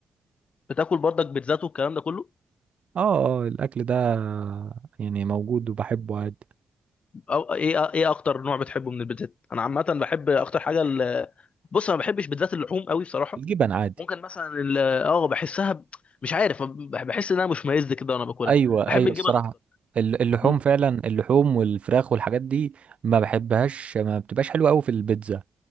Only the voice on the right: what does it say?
آه آه الأكل ده يعني موجود وبحبه عادي
الجبن عادي
ايوه
ايوه
الصراحه
ال- اللحوم
فعلا اللحوم والفراخ والحاجات دي ما بحبهاش ما بتبقاش حلوه قوي في البيتزا